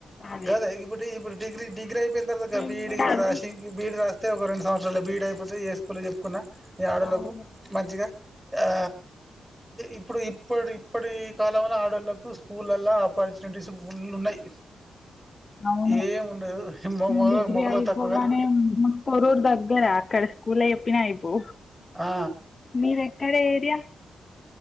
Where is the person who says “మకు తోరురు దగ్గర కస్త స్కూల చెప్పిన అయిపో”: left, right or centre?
Left